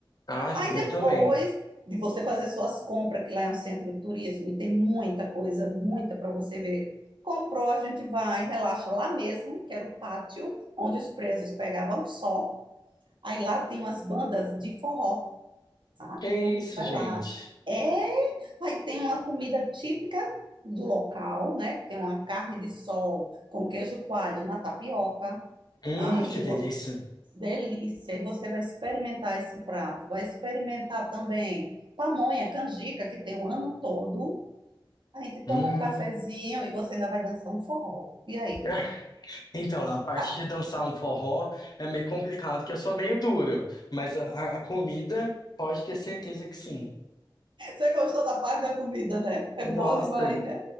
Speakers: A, on the left (about 50°); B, on the right (about 65°).
A: Ah,
B: Aí
A: eu
B: depois
A: também.
B: de você fazer suas compras, que lá é um centro de turismo e tem muita coisa, muita para você ver. Comprou, a gente vai, relaxa lá mesmo, que era o pátio onde os presos pegavam sol. Aí lá tem umas bandas de forró, tá?
A: Que
B: Então a gente
A: isso,
B: vai
A: gente.
B: lá. É, aí tem uma comida típica do local, né? Tem uma carne de sol com queijo coalho na tapioca.
A: Hum,
B: Tá? E
A: que
B: vo-
A: delícia.
B: delícia! E você vai experimentar esse prato, vai experimentar também pamonha, canjica, que tem o ano todo. A gente toma
A: Hum.
B: um cafezinho
A: <laughs>
B: e você ainda vai dançar um forró. E aí?
A: Ah, Então, a parte
B: Tá.
A: de dançar um forró é meio complicado, que eu sou meio duro, mas a, a comida pode ter certeza que sim.
B: Você gostou da parte da comida, né? É
A: Nossa,
B: bom demais, né?